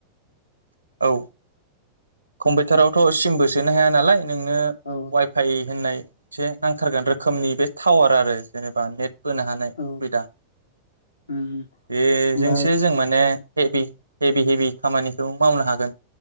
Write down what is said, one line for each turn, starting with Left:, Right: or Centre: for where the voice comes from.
Right: औ। कम्पिउटारावथ'
Left: आदसा
Right: सिमबो सोनो हाया नालाय नोंनो
Left: औ
Right: वाइफाइ होननाय एसे नांथारगोन रोखोमनि बे टावार आरो जेनेबा नेट होनो हानाय
Left: औ
Right: सुबिदा
Left: उम
Right: बेजोंसो
Left: ओमफ्राय
Right: जों माने हेभि हेभि हेभि खामानिखौ मावनो हागोन